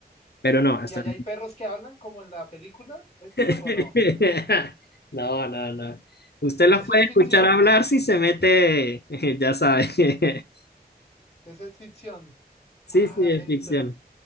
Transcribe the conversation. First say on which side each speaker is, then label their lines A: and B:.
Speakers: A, on the left; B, on the left.
A: pero no, hasta...
B: ¿Y allá hay perros que hablan como en la película, Héctor,
A: <laughs>
B: o no?
A: No, no, no. no. Usted
B: Eso
A: los puede
B: es ficción.
A: escuchar hablar si se mete, <laughs> ya sabe. <laughs>
B: Eso es ficción.
A: Sí,
B: Ah,
A: sí, es
B: Héctor.
A: ficción.